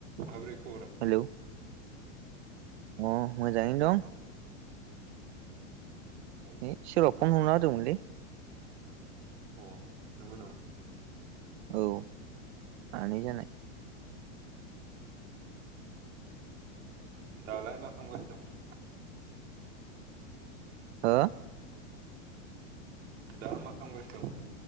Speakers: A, on the right; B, on the right.
A: माबोरै खबरा
B: हेलौ अ मोजाङैनो दं
A: अ
B: है सोरबा फन हरना होदोंमोनलै
A: अ नंगौ नामा
B: औ आनै जानाय
A: दालाय मा खालामागासिनो दं
B: हो
A: दा मा खालामगासिनो दं